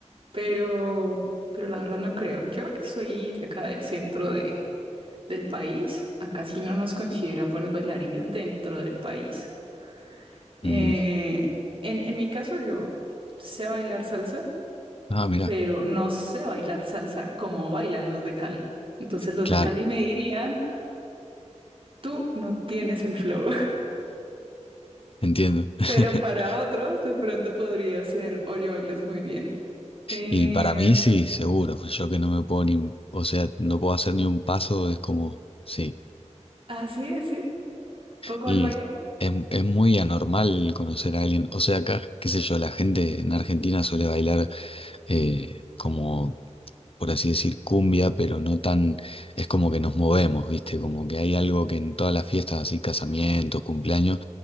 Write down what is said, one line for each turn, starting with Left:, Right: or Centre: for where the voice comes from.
Right: pero, pero la verdad no creo. Yo que soy de acá del centro de, del país, acá sí no nos consideran buenos bailarines dentro del país. Eh,
Left: Mm,
Right: en, en mi caso, yo sé bailar salsa,
Left: Ah, mira,
Right: pero no sé bailar salsa como bailan los de Cali. Entonces los
Left: claro,
Right: de Cali me dirían, tú no tienes el flow.
Left: entiendo. <laughs>
Right: Pero para otros, de pronto podría ser, oye, bailas muy bien. Em,
Left: Y para mí sí, seguro. Yo que no me puedo ni, o sea, no puedo hacer ni un paso, es como, sí.
Right: así, así, poco
Left: Y
Right: al baile.
Left: es, es muy anormal conocer a alguien. O sea, acá, qué sé yo, la gente en Argentina suele bailar eh, como, por así decir, cumbia, pero no tan, es como que nos movemos, ¿viste? Como que hay algo que en todas las fiestas, así, casamientos, cumpleaños,